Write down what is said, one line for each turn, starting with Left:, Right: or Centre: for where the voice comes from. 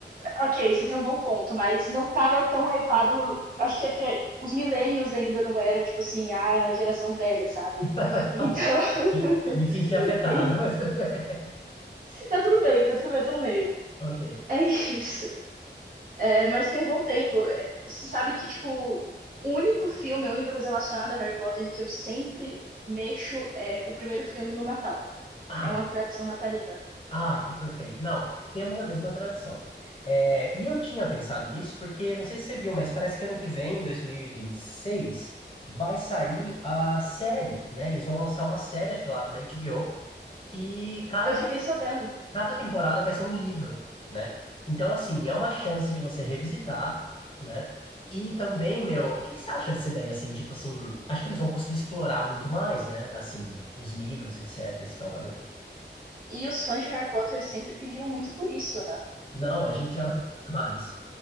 Right: ok, você tem um bom ponto, mas não tava tão hypado, acho que é porque os millennials ainda não eram, tipo assim, a geração velha, sabe?
Left: <laughs>
Right: Então,
Left: Tá bom.
Right: <laughs>
Left: Me senti afetado,
Right: e-
Left: mas tudo bem.
Right: tá tudo bem, tá tudo bem, eu tô no meio.
Left: <laughs> Ok.
Right: É isso. É, mas tem um bom tempo. É, Você sabe que, tipo, o único filme, a única coisa relacionada a Harry Potter que eu sempre mexo é o primeiro filme no Natal.
Left: Ah,
Right: É uma tradição natalina.
Left: Ai, que perfeito. Não, temos a mesma tradição. É, e eu tinha pensado nisso porque, não sei se você viu, mas parece que ano que vem, 2026, vai sair a série, né? Eles vão lançar uma série, acho que lá pela HBO, que cada,
Right: Eu fiquei sabendo.
Left: cada temporada vai ser um livro, né? Então, assim, é uma chance de você revisitar, né? E também, meu, o que que você acha dessa ideia, assim? Tipo assim, acho que eles vão conseguir explorar muito mais, né? Assim, os livros, etc., a história.
Right: E os fãs de Harry Potter sempre pediam muito por isso, né?
Left: Não, a gente já não mais.